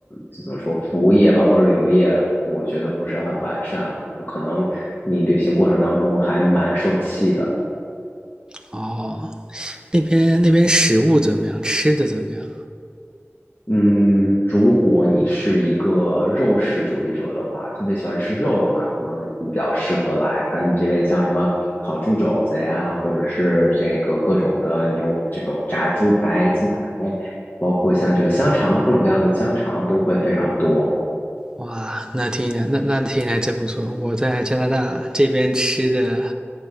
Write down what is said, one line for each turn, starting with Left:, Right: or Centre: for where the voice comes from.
Left: 就怎么说，服务业吧或者旅游业，我觉得不是很完善，可能你旅行过程当中还蛮受气的。
Right: 哦，那边那边食物怎么样？吃的怎么样？
Left: 嗯，如果你是一个肉食主义者的话，特别喜欢吃肉的话，可能你比较适合来。它你这边像什么烤猪肘子呀，或者是这个各种的牛，这种炸猪排、鸡排，包括像这个香肠，各种各样的香肠都会非常多。
Right: 哇，那听起来那那听起来真不错。我在加拿大这边吃的